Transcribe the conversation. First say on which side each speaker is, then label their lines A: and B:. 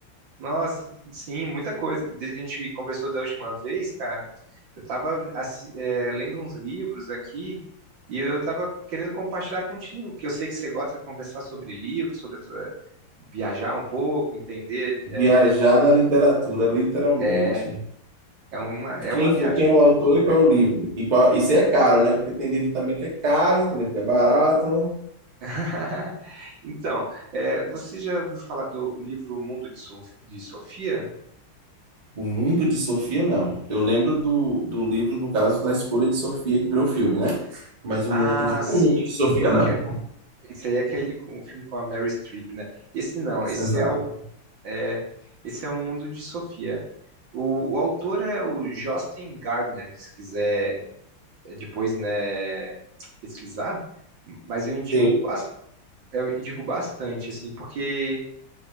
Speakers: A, on the right (about 65°); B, on the right (about 30°).
A: Nossa, sim, muita coisa. Desde que a gente conversou da última vez, cara, eu tava assi- é, lendo uns livros aqui e eu tava querendo compartilhar contigo, que eu sei que você gosta de conversar sobre livros, sobre essa- viajar um pouco, entender é,
B: Viajar
A: novos.
B: na literatura, literalmente.
A: É, é uma, é
B: Quem
A: uma viagem
B: foi, quem é
A: muito
B: o autor
A: boa,
B: e
A: né?
B: qual é o livro? E qual, isso é caro, né? Porque tem livro também que é caro, tem livro que é barato.
A: <laughs> Então, é, você já ouviu falar do livro Mundo de Sof- de Sofia?
B: O Mundo de Sofia, não. Eu lembro do, do livro, no caso, da escolha de Sofia, que virou filme, né? Mas o
A: Ah,
B: Mundo,
A: sim.
B: o Mundo de Sofia,
A: Qual
B: não.
A: que é? Esse aí é aquele com- o filme com a Mary Streep, né? Esse não, esse
B: Exato.
A: é o é, esse é o Mundo de Sofia. O, o autor é o Josten Gardner, se quiser eh, depois, né, pesquisar, mas eu indico,
B: Sim.
A: bas- eu indico bastante assim, porque